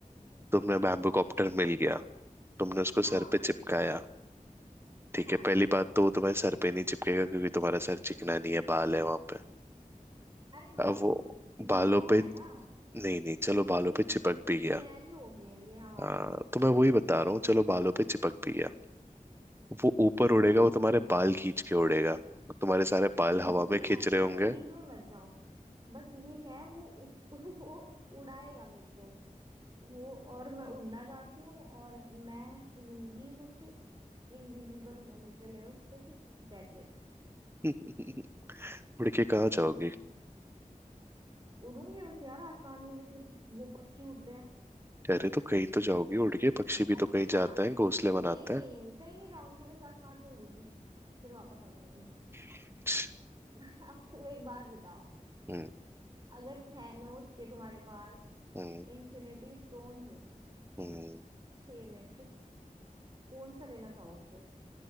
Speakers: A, on the right; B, on the right.
A: तुम्हें बैम्बू कॉप्टर मिल गया तुमने उसको
B: हाँ
A: सर पे चिपकाया ठीक
B: हाँ
A: है पहली बात तो वो तुम्हारे सर पे नहीं चिपकेगा क्योंकि तुम्हारा सर चिकना नहीं है बाल है वहां पे
B: अरे वो
A: अब वो बालों
B: ये वो
A: पे
B: है ना
A: नहीं नहीं चलो बालों
B: एक
A: पे चिपक भी
B: सिनेरियो
A: गया
B: हो गए हैं ये हमारे
A: हाँ तो मैं वही बता रहा हूँ चलो बालों पे चिपक भी गया वो ऊपर
B: हाँ
A: उड़ेगा वो तुम्हारे बाल खींच के उड़ेगा तुम्हारे सारे बाल हवा
B: जो भी
A: में
B: है
A: खींच रहे
B: इतना
A: होंगे
B: डीप में मत जाओ बस ये है वो उस <laughs> वो उड़ाएगा मेरे को वो और मैं उड़ना चाहती हूँ और मैं उड़ूंगी कुछ इनविजिबल होने के लिए उससे कुछ गैजेट
A: <laughs> उड़ के कहाँ जाओगी
B: हम्म उड़ूंगी बस यार आसमान में जैसे वो पक्षी उड़ते हैं
A: कह रहे तो कहीं तो जाओगी उड़ के पक्षी भी
B: अच्छा
A: तो कहीं जाता है घोंसले बनाता
B: नहीं नहीं
A: है
B: कहीं नहीं जाऊंगी बस आसमान में उड़ूंगी फिर वापस आ जाऊंगी
A: <laughs>
B: <laughs> अब तुम एक बात बताओ
A: हम्म
B: अगर थैनोस के तुम्हारे पास
A: हम्म
B: इन्फिनिटी स्टोन हो
A: हम्म।
B: छह में से कौन सा लेना चाहोगे